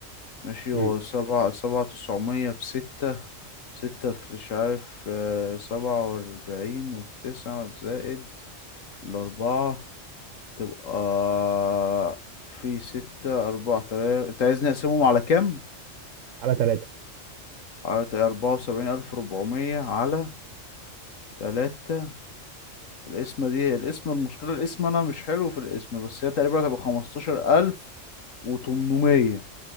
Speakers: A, on the left (about 85°); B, on the right (about 80°).
A: ماشي
B: امم
A: هو سبعة سبعة تسعمية في ستة ستة في مش عارف آه، سبعة وأربعين وتسعة زائد الأربعة تبقى في ستة أربعة تلاتة أنت عايزني أقسمهم على كام؟
B: على 3
A: على أربعة وسبعين ألف ربعمية على تلاتة الاسم دي الاسم المشكلة الاسم أنا مش حلو في الاسم بس هي تقريبا هتبقى خمستاشر ألف وتمنمية